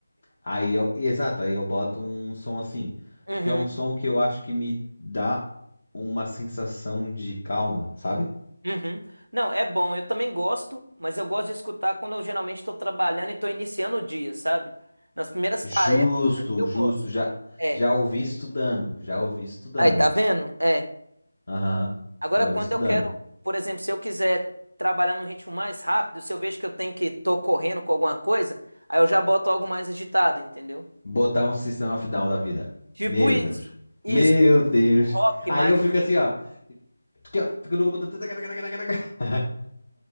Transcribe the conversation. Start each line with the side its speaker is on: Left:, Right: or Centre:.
Left: Aí eu, exato, aí eu boto um som assim.
Right: Uhum,
Left: Porque é um som que eu acho que me dá uma sensação de calma, sabe?
Right: uhum. Não, é bom, eu também gosto, mas eu gosto de escutar quando eu geralmente estou trabalhando e estou iniciando o dia, sabe? Nas primeiras
Left: Justo,
Right: tarefas ali eu
Left: justo,
Right: gosto.
Left: já,
Right: É.
Left: já ouvi estudando, já ouvi estudando.
Right: Aí, tá vendo? É.
Left: Aham,
Right: Agora,
Left: já
Right: quando
Left: ouvi estudando.
Right: eu quero, por exemplo, se eu quiser trabalhar num ritmo mais rápido, se eu vejo que eu tenho que tô correndo com alguma coisa, aí eu já boto algo mais agitado, entendeu?
Left: Botar um sistema of Down da vida.
Right: Tipo
Left: Meu
Right: isso.
Left: Deus.
Right: Isso,
Left: Meu Deus.
Right: um rock
Left: Aí
Right: mais
Left: eu fico assim, ó. aqui, ó, Fico no computador. <laughs>